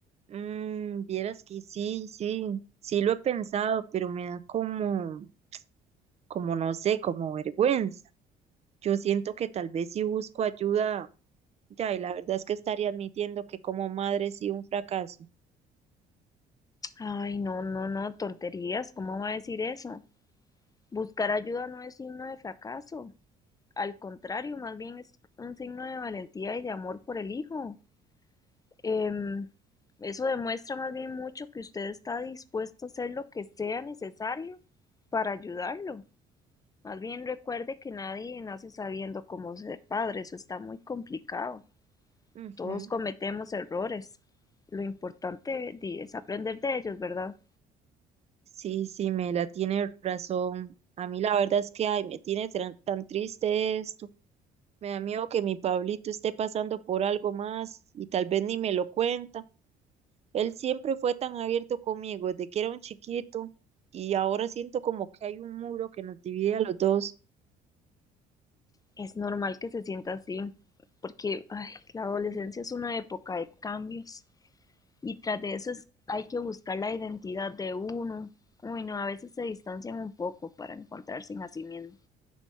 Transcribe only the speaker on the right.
Mm, vieras que sí, sí, sí lo he pensado, pero me da como... como no sé, como vergüenza. Yo siento que tal vez si busco ayuda, ya, y la verdad es que estaría admitiendo que como madre sí un fracaso.
Ujú.
Sí, sí, me la tiene razón. A mí la verdad es que, ay, me tiene tran- tan, triste esto. Me da miedo que mi Pablito esté pasando por algo más y tal vez ni me lo cuenta. Él siempre fue tan abierto conmigo desde que era un chiquito y ahora siento como que hay un muro que nos divide a los dos.